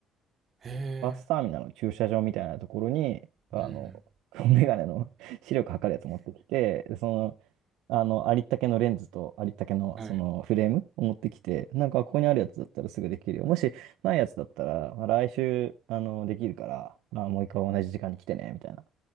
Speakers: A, on the right (about 50°); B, on the right (about 75°).
A: へえ。
B: バスターミナルの駐車場みたいなところに、あの、
A: うん。
B: <laughs> メガネの <laughs> 視力測るやつ持ってきて、でその、あの、ありったけのレンズとありったけのそのフレームを持ってきて、
A: はい。
B: なんかここにあるやつだったらすぐできるよ。もしないやつだったら、まあ、来週、あの、できるから、まあ、もう一回同じ時間に来てね、みたいな。